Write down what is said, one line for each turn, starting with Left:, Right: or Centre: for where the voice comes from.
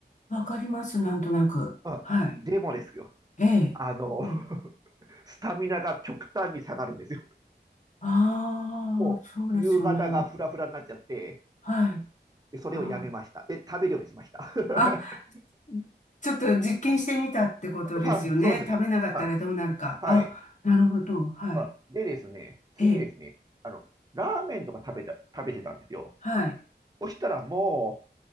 Left: あ、わかります。なんとなく。
Right: あ、
Left: はい。
Right: でもですよ。
Left: ええ。
Right: あの、<laughs>
Left: ええ。
Right: スタミナが極端に下がるんですよ。
Left: ああ、
Right: もう、
Left: そうですよね。
Right: 夕方がフラフラになっちゃって、
Left: はい。
Right: でそれをやめました。
Left: あ
Right: で、食べるようにしました。
Left: あ、あ
Right: <laughs>
Left: ちょっと実験してみたってことですよね。
Right: はい、そうですね。
Left: 食べなかったらどうなるか。
Right: はいはい。
Left: あ、なるほど。はい。
Right: あ、でですね、次ですね、
Left: ええ。
Right: あの、ラーメンとか食べた、食べてたんですよ。
Left: はい。
Right: そしたらもう、